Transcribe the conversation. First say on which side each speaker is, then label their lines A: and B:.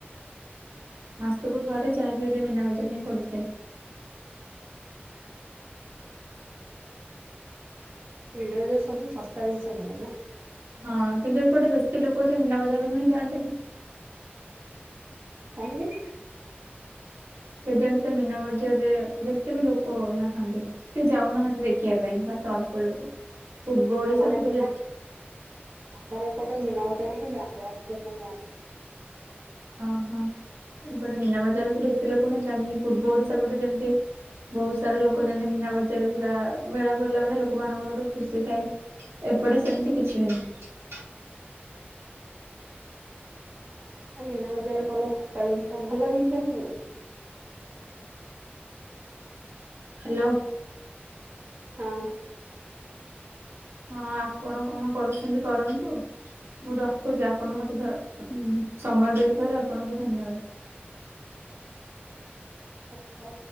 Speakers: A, on the right; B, on the right.
A: ମାସକୁ ଥରେ ଯାହାବି ହେଲେ ମୀନାବଜାର ହିଁ ପଡିଥାଏ।
B: ମିନା ବଜାରରେ ସବୁ ଶସ୍ତା ଜିନିଷ ମିଳେ ନା
A: ହଁ କିନ୍ତୁ ଏପଟେ ବେଶୀ ଲୋକ ଯେ ମୀନା ବଜାରକୁ ହିଁ ଯାଆନ୍ତିନି।
B: କାହିଁକି?
A: କେଜାଣି ସେ ମୀନା ବଜାରରେ ବେସି ବି ଲୋକ ନାହାନ୍ତି। କି ଯାଉନାହାନ୍ତି ଦେଖିବା ପାଇଁ। ବାସ ତ ଅଳ୍ପ ଲୋକ। ପୂର୍ବ ଓଡିଶା
B: ଆମର
A: ପଟୁ
B: ଏପଟେ
A: ଯେ
B: ଆମର ଏପଟେ ମିନାବଜା ହିଁ ଯାଆନ୍ତି ଆଉ କିଏ କାଇଁ ଯାଆନ୍ତି।
A: ଓହଁ ଏପଟେ ମୀନା ବଜାର କୁ ବେଶୀ ଲୋକ ହିଁ ଯାଆନ୍ତିନି। ପୂର୍ବ ଓଡିଶା ପଟେ ଯେମତି ବହୁତ ସାରା ଲୋକ ଯାଆନ୍ତି। ମିନା ବଜାରକୁ ପୁରା ମେଳା ପଡ଼ିଲା ମାନେ ଲୋକ ମାନଙ୍କର ଗୋଟେ ଖୁସି ଥାଏ। ଏ ଏପଟେ ସେମତି କିଛିିବି ନାହିଁ।
B: <inaudible> ମିନାବଜାରରେ ଭଲ ଶସ୍ତା ଜିନିଷ ଭଲ ଜିନିଷ ହିଁ ମିଳେ।
A: ହାଲୋ।
B: ହଁ।
A: ହଁ ଆପଣ କଣ କରୁଛନ୍ତି କରନ୍ତୁ। ମୁଁ ରଖୁଛି ଆପଣ ମତେ ଧ ହୁଁ ସମୟ ଦେଇଥିବାରୁ ଆପଣଙ୍କୁ ଧନ୍ୟବାଦ।
B: <inaudible> ହ ହଉ।